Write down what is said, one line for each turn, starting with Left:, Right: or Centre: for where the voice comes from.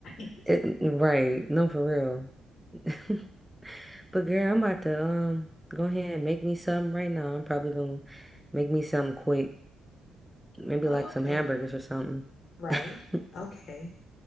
Left: <laughs>
Centre: It, right. No, for real. <laughs> But, girl, I'm about to um go ahead and make me something right now. I'm probably going to make me something quick. Maybe
Left: well,
Centre: like
Left: okay.
Centre: some hamburgers or something.
Left: Right.
Centre: <laughs> All
Left: Okay.